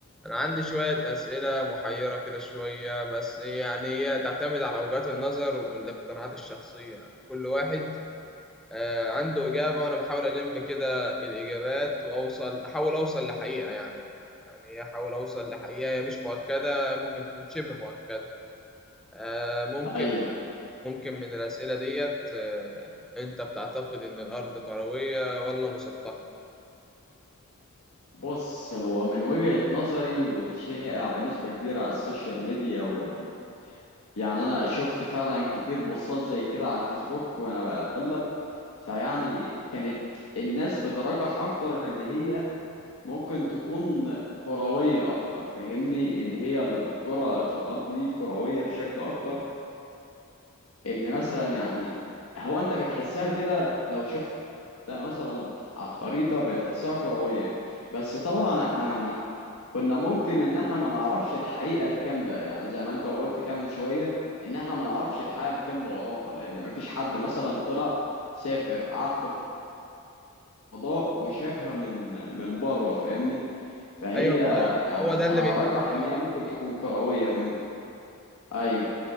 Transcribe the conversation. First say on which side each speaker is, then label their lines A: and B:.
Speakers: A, in the centre; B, on the left (about 85°).
A: أنا عندي شوية أسئلة محيرة كده شوية بس يعني هي تعتمد على وجهات النظر والاقتناعات الشخصية يعني كل واحد آه، عنده إجابة وأنا بحاول ألم كده الإجابات وأوصل أحاول أوصل لحقيقة يعني يعني أحاول أوصل لحقيقة هي مش مؤكدة ممكن تكون شبه مؤكدة آه، ممكن
B: ايوه
A: ممكن من الأسئلة ديت آه، أنت بتعتقد إن الأرض كروية ولا مسطحة؟
B: بص هو من وجهة نظري والشائع بنسبة كبيرة على السوشيال ميديا وال... يعني انا شفت فعلا كتير بوستات زي كده على الفيسبوك وانا بقلب فيعني كانت الناس بترجح اكتر ان هي ممكن تكون كروية اكتر فاهمني ان هي الكرة الارض دي كروية بشكل اكتر ان مثلا يعني هو انت بتحسها كده لو شفت مثلا على الخريطة بتحسها كروية بس طبعا احنا يعني كنا ممكن ان احنا ما نعرفش الحقيقة الكاملة يعني زي ما انت ما قلت كده من شوية ان احنا ما نعرفش الحقيقة الكاملة وراها لان ما فيش حد مثلا طلع سافر قعد في الفضاء وشافها من من بره فاهمني فهي
A: أيوة ما هو
B: يعني
A: هو ده
B: انا
A: اللي بيخلي
B: ارجح ان
A: فيه
B: هي
A: آراء
B: ممكن
A: كتير
B: تكون كروية من ايوه